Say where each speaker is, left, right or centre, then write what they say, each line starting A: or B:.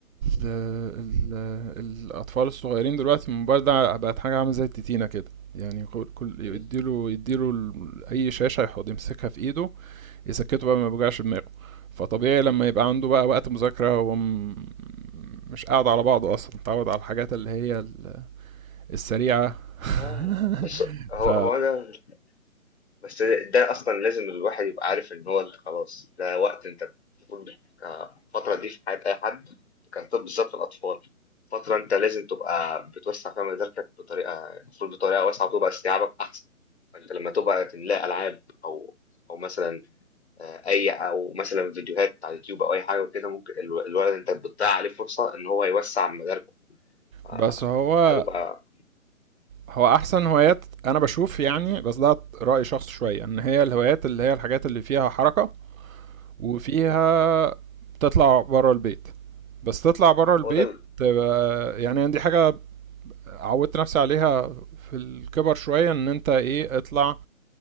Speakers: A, on the right; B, on the left.
A: ال... الأطفال الصغيرين دلوقتي الموبايل ده بقت حاجة عاملة زي التتينة كده يعني كل كل-
B: م?
A: يديله يديله ال- أي شاشة يحط يمسكها في إيده يسكته بقى ما يوجعش دماغه فطبيعي لما يبقى عنده بقى وقت مذاكرة هو م... مش قاعد على بعضه أصلا متعود على الحاجات اللي هي ال- السريعة
B: لا
A: <laughs>
B: بس هو
A: ف
B: هو انا بس ده أصلًا لازم الواحد يبقى عارف إن هو أنت خلاص، ده وقت أنت المفروض الفترة دي في حياة أي حد كانت بالذات في الأطفال، فترة أنت لازم تبقى بتوسّع فيها مداركك بطريقة المفروض بطريقة واسعة وتبقى استيعابك أحسن، فأنت لمّا تبقى تملاه ألعاب أو أو مثلًا آآ أي أو مثلًا فيديوهات على اليوتيوب أو أي حاجة وكده ممكن ال الولد أنت بتضيّع عليه فرصة إن هو يوسّع مداركه، ف
A: بس هو
B: ده بيبقى
A: هو احسن هوايات انا بشوف يعني بس ده راي شخص شويه ان هي الهوايات اللي هي الحاجات اللي فيها حركه وفيها
B: إمم،
A: تطلع بره البيت بس تطلع بره البيت
B: هو ده ال
A: تبقى يعني دي حاجة عودت نفسي عليها في الكبر شوية ان انت ايه اطلع